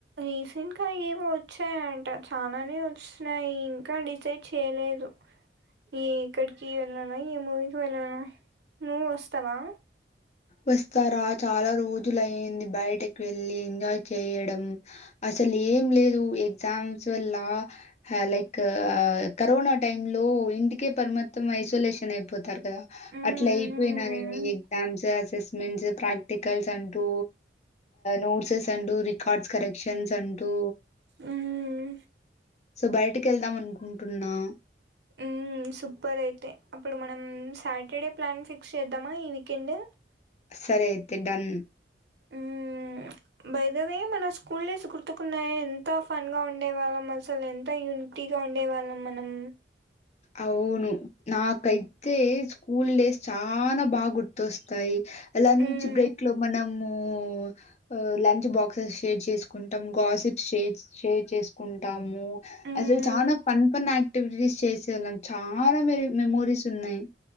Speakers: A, on the right; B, on the left.
A: రీసెంట్గా ఎవో వచ్చాయంట చానానే వచ్చినయి ఇంకా డిసైడ్ చేయలేదు ఏ ఇక్కడికి వెళ్ళనా ఏ మూవీకి వెళ్ళనా నువ్వు వస్తావా
B: వస్తారా చాలా రోజులు అయింది బయటకి వెళ్ళి ఎంజాయ్ చేయడం అసలు ఏం లేదు ఎగ్జామ్స్ వల్ల హా లైక్ కరోనా టైమ్ లో ఓ ఇంటికే పరమత్తం ఐసోలేషన్ అయిపోతారు కదా
A: మ్మ్,
B: అట్లా అయిపోయిన
A: మ్మ్,
B: నే ఎగ్జామ్స్ అసెస్మెంట్స్ ప్రాక్టికల్స్ అంటూ నోట్సెస్ రికార్డ్ కరెక్ష స్ అంటూ
A: మ్మ్.
B: సో బయటకి వెళ్దాం అనుకుంటున్నా
A: ఉ సూపర్ అయితే అప్పుడు మనం ఊ మ్ సాటర్డే ప్లాన్ ఫిక్స్ చేద్దామా ఈ వీకెండ్
B: సరే అయితే డన్
A: ఊ మ్ మ్ భైదవే మన స్కూల్ డేస్ గుర్తుకున్నాయా ఎంత ఫన్ గా ఉండేవాళ్ళం అసలు ఎంత యూనిటీగా ఉండే వాళ్ళం మనం
B: అవును నాకైతే స్కూల్ డేస్ చానా బాగా గుర్తొస్తాయి లంచ్
A: హ్మ్
B: బ్రేక్ లో మనము ము లంచ్ బాక్సెస్ షేర్ చేసుకుంటాం గాసిప్స్ షే షేర్ చేస్ కుంటాము
A: హ్మ్
B: అసలు చాలా ఫన్ ఫన్ యాక్టివిటీస్ చేసి ళ్ళం చాలా మెరి-మెమోరీస్ ఉన్నాయి